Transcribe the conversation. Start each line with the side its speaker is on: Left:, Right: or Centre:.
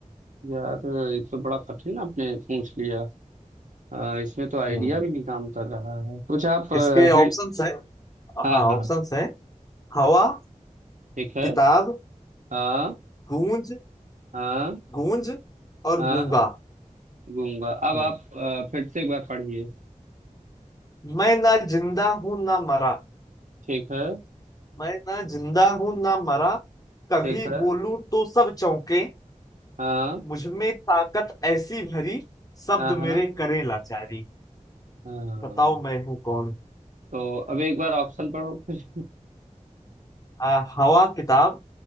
Right: यार ये तो बड़ा कठिन आपने पूछ लिया आ, इसमें तो आइडिया
Left: हम्म।
Right: भी नहीं काम कर रहा है कुछ आप
Left: इसके ऑप्शंस
Right: हिंट
Left: है
Right: हाँ
Left: हाँ
Right: हाँ
Left: ऑप्शंस है हवा
Right: ठीक है
Left: किताब
Right: हाँ
Left: गूंज
Right: हाँ
Left: गूंज और
Right: हाँ
Left: गूंगा
Right: गूंगा अब
Left: हम्म।
Right: आप अ, फिर से एक बार पढ़िए
Left: मैं ना जिंदा हूं ना मरा
Right: ठीक है
Left: मैं ना जिंदा हूं ना मरा कभी
Right: ठीक है
Left: बोलूं तो सब चौंके
Right: हाँ
Left: मुझ में ताकत ऐसी भरी शब्द
Right: हाँ हाँ
Left: मेरे करे लाचारी
Right: हाँ
Left: बताओ मैं हूं कौन
Right: तो अब एक बार ऑप्शन पढ़ो फिर
Left: आ, हवा किताब